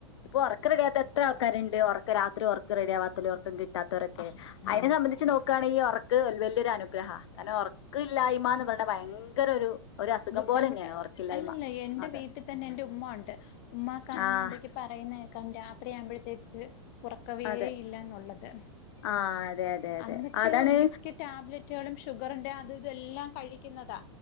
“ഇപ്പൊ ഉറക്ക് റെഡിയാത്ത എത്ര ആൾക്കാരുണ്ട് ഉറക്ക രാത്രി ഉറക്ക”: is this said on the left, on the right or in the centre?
Left